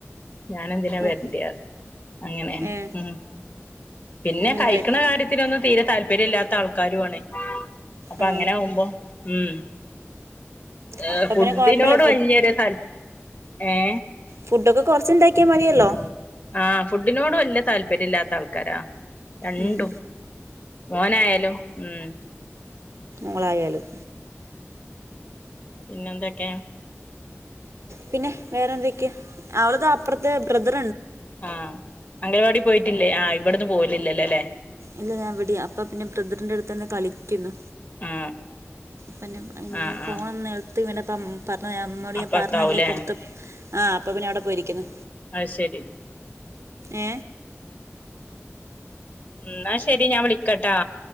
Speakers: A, on the left (about 40°); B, on the right (about 80°).
A: ഞാനെന്തിനാ
B: ഉം
A: വരണ്ട അങ്ങനെയ
B: ഏ
A: ഉം പിന്നെ
B: അങ്ങനെ
A: കഴിക്കണ
B: വരും
A: കാര്യത്തിൊന്ന തീരെ താല്പര്യ താല്പര്യമില്ല ആൾക്കാരു ആണ് അപ്പൊ
B: ആ
A: അങ്ങനെ ആകുമ്പോ ഉം ഏ
B: അപ്പം
A: ഫുഡിനോട്
B: പിന്നെ കുഴപ്പമില്ല
A: വലിയൊരു താല്പര്യ യെ
B: ഫുഡ ഒക്കെ കൊറച്ചുണ്ടാക്കിയാൽ മതിയല്ലോ
A: ആഹ ഫുഡിനോട് വലിയ താല്പര്യം ഇല്ലാത്ത ആൾക്കാരാ രണ്ടു
B: ഉം
A: മോനായാലോ ഉം
B: മോളുയാലും
A: പിന്നെന്തൊക്കെയ
B: പിന്നെ വേറെ എന്തൊക്കെയ അവള അപ്പുറത്തെ ബ്രദർ
A: ആഹ അംഗൽവാടി പോയിട്ടില്ലേ ആഹ് ഇവിടന്നന്ന് പോവലില്ലല്ലോ അല്ലേ
B: ഇല്ല ഞാൻ എവിടെയാ അപ്പ പിന്നെ ബ്രദറിന്റെ അടുത്ത് തന്നെ കളി കളിക്കുന്നു
A: ആ
B: പിന്നെ
A: ആ
B: ഈ
A: ആ
B: ഫോൺ ഒന്ന് നിലത്ത് വീണപ്പം പറഞ്ഞ അമ്മോട്
A: അപ്പറത്താവൂലേ
B: ഞാൻ പറഞ്ഞല്ലേ പുറത്ത് ആ അപ്പൊ പിന്നെ അവിടെ പോയിരിക്കുന്നു
A: അഹ ശരി
B: ഏ
A: എന്നാ ശെരി ഞാൻ വിളിക്കട്ടാ